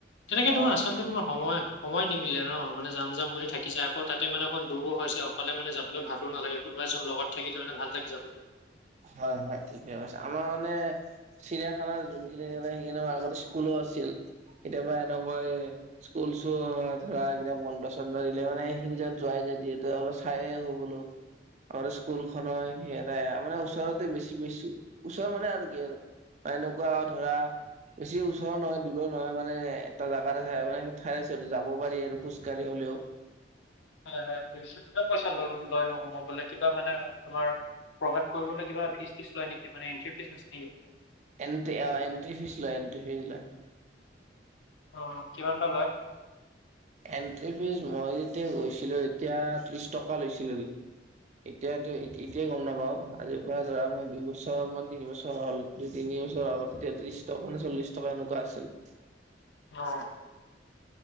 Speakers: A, on the left; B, on the right.
A: তেনেকৈ
B: অ
A: তোমাৰ আচলতে তোমাৰ সময় সময় নিমিলে ন, মানে যাম যাম বুলি থাকি যাই আকৌ, তাতে মানে অকণ দূৰো হৈছে অকলে মানে যাবলৈ ভালো নালাগে। কোনোবা এজন লগত থাকিলে মানে ভাল লাগি যাব।
B: হয়, হয় ঠিকেই কৈছা, আমাৰ মানে চিৰিয়াখানাৰ যোনখিনি যাগাত সেইখিনিত মানে আগতে স্কুলো আছিল। কেতিয়াবা এনেকৈ স্কুল চ ধৰা কেতিয়াবা বন্ধ চন্ধ দিলে মানে সখিনিত যোৱাই যাই দি তই অলপ চাই আহো বোলো। আমাৰ স্কুল খনৰ সেইয়াই মানে ওচৰতে বেছি বেছি ওচৰ মানে আৰু কি আৰু বা এনেকুৱা ধৰা বেছি ওচৰ নহয় দূৰৰ নহয় মানে এটা জেগাই মানে ঠাই আছে যাব পাৰি আৰু খোজ কঢ়ি হ'লেও।
A: হয়, হয় কিমান পইচা ল লৈ ন সোমই বোলে কিবা মানে তোমাৰ। প্ৰৱেশ কৰিবলৈ কিবা ফিজ টিজ লয় নেকি মানে এণ্ট্ৰি ফিজ আছে নেকি?
B: এণ্টি অ' এণ্ট্ৰি ফিজ লয় এণ্ট্ৰি ফিজ লয়।
A: অঁ কিমান বা লয়?
B: এন্ট্ৰি ফিজ মই যেতিয়া গৈছিলো তেতিয়া ত্ৰিশ টকা লৈছিলে। এতিয়াতো এতিয়াই গ'ম নাপাওঁ, আজিৰ পৰা ধৰা মই দুই বছৰ মান তিন বছৰ হ'ল। দুই তিনি বছৰ আগত তেতিয়া ত্ৰিশ টকা নে চল্লিশ টকা এনেকুৱা আছিল।
A: অঁ।